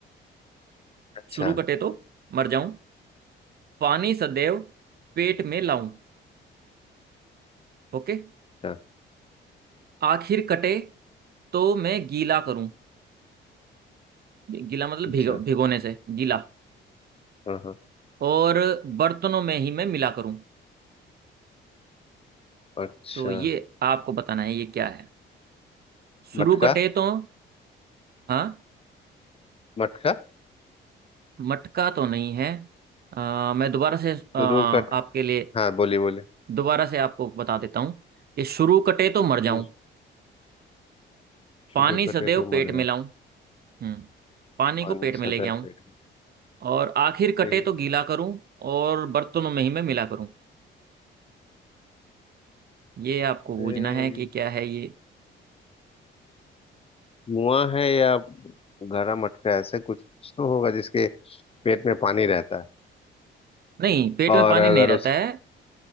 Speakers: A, on the left; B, on the right.
A: अच्छा
B: शुरू कटे तो मर जाऊं पानी सदैव पेट में लाऊं ओके
A: अच्छा
B: आखिर कटे तो मैं गीला करूं गीला मतलब
A: अच्छा
B: भिगो भिगोने से गीला
A: हाँ हाँ
B: और बर्तनों में ही मैं मिला करूं
A: अच्छा
B: तो ये आपको बताना है ये क्या है शुरू
A: मटका
B: कटे तो हाँ
A: मटका
B: मटका तो नहीं है आ, मैं दोबारा से आ,
A: शुरू
B: आपके
A: कट
B: लिए
A: हाँ बोलिए बोलिए
B: दोबारा से आपको बता देता हूँ कि शुरू कटे तो मर जाऊं
A: हम्म,
B: पानी
A: शुरू
B: सदैव
A: कटे तो
B: पेट
A: मर जाओ
B: में लाऊं हम्म पानी को
A: पानी
B: पेट
A: सदा
B: में लेके आऊं
A: पेट में
B: और आखिर कटे
A: ठीक है
B: तो गीला करूं और बर्तनों में ही मैं मिला करूं ये आपको
A: अरे,
B: बूझना है कि क्या है ये
A: मुआ है या गहरा मटका ऐसे कुछ तो होगा जिसके पेट में पानी रहता है
B: नहीं पेट में
A: और
B: पानी
A: अगर
B: नहीं रहता
A: उस
B: है